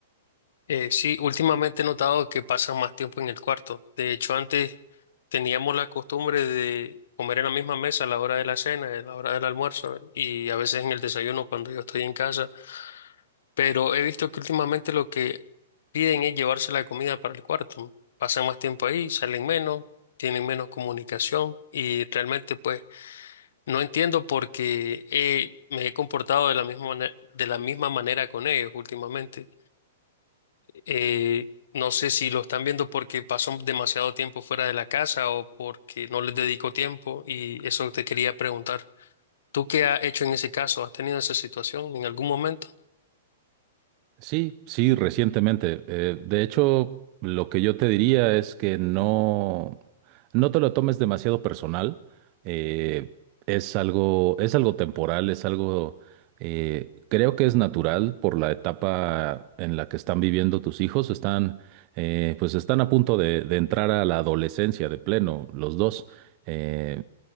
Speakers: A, on the left (about 60°); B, on the right (about 40°).
A: Eh, sí, últimamente he notado que pasan más tiempo en el cuarto. De hecho, antes teníamos la costumbre de comer en la misma mesa a la hora de la cena, a la hora del almuerzo y a veces en el desayuno cuando yo estoy en casa. Pero he visto que últimamente lo que piden es llevarse la comida para el cuarto. Pasan más tiempo ahí, salen menos, tienen menos comunicación y realmente pues No entiendo por qué eh, me he comportado de la misma manera, de la misma manera con ellos últimamente. Eh, no sé si lo están viendo porque paso demasiado tiempo fuera de la casa o porque no les dedico tiempo y eso te quería preguntar. ¿Tú qué has hecho en ese caso? ¿Has tenido esa situación en algún momento?
B: Sí, sí, recientemente. Eh, de hecho, lo que yo te diría es que no, no te lo tomes demasiado personal. Eh, es algo, es algo temporal, es algo, eh, creo que es natural por la etapa en la que están viviendo tus hijos. Están, eh, pues están a punto de, de entrar a la adolescencia de pleno, los dos. Eh,